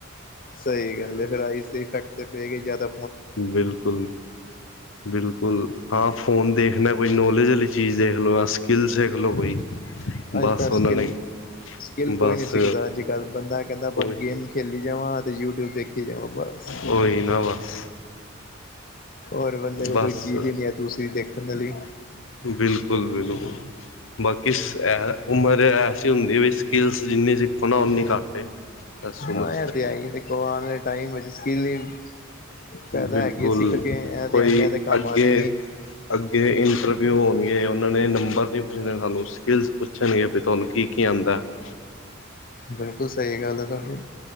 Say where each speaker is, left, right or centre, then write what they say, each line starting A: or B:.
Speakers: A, on the left; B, on the left.
A: ਸਈ ਗੱਲ ਏ ਫੇਰ ਆਈਸ ਤੇ ਇਫੈਕਟ ਤੇ ਪਏਗਾ ਈ ਜਾਦਾ।
B: ਬਿਲਕੁਲ, ਬਿਲਕੁਲ ਹਾਂ ਫੋਨ ਦੇਖਨਾ ਕੋਈ ਨੌਲੇਜ ਆਲੀ ਚੀਜ਼ ਦੇਖਲੋ ਯਾ ਸਕਿੱਲਸ ਦੇਖਲੋ ਕੋਈ। ਬੱਸ
A: ਅੱਜ ਕੱਲ੍ਹ ਸਕਿੱਲ
B: ਓਨਾਂ ਨੇ
A: ਸਕਿੱਲ ਕੋਈ
B: ਬਸ
A: ਨੀ ਸਿੱਖਦਾ ਅੱਜ-ਕੱਲ। ਬੰਦਾ ਕੈਂਦਾ ਆਪਾ
B: ਉਹੀ
A: ਗੇਮ ਈ ਖੇਲੀ ਜਾਵਾਂ। ਫੇਰ ਯੂਟਿਊਬ ਦੇਖੀ ਜਾਵਾਂ ਬੱਸ।
B: ਹੋਈ ਨਾ ਵੱਸ।
A: ਔਰ ਬੰਦੇ ਕੋਲ
B: ਬਸ
A: ਕੋਈ ਚੀਜ਼ ਈ ਨੀ ਐ ਦੂਸਰੀ ਦੇਖਨ ਆਲੀ।
B: ਬਿਲਕੁਲ- ਬਿਲਕੁਲ। ਬਾਕੀਸ ਐ। ਉਮਰ ਐਸੀ ਹੁੰਦੀ ਵੀ ਸਕਿੱਲਸ ਜਿੰਨੀ ਸਿੱਖੋ ਨਾ, ਓਨੀ ਘੱਟ ਏ। ਇਸ
A: ਹਾਂ,
B: ਉਮਰ
A: ਐ ਤੇ ਹੈਈ ਏ, ਦੇਖੋ ਆਨ ਵਾਲੇ ਟਾਈਮ ਵਿੱਚ ਸਕਿੱਲ ਈ ਫੈਦਾ
B: ਬਿਲਕੁਲ
A: ਹੈਗੀ ਏ ਸਿੱਖ ਕੇ। ਐ
B: ਕੋਈ
A: ਤੇ ਐਨੀ ਐਦੇ ਕੰਮ
B: ਅੱਗੇ
A: ਆਨੇ ਨੀ।
B: ਅੱਗੇ ਇੰਟਰਵਿਊ ਹੋਣਗੇ, ਉਹਨਾਂ ਨੇ ਨੰਬਰ ਨਹੀਂ ਪੁੱਛਣੇ ਸਾਨੂੰ, ਸਕਿੱਲਸ ਪੁੱਛਣਗੇ, ਵੀ ਤੁਆਨੂੰ ਕੀ-ਕੀ ਆਂਦਾ ਏ?
A: ਬਿਲਕੁਲ ਸਈ ਗੱਲ ਆ ਤੁਆਡੀ,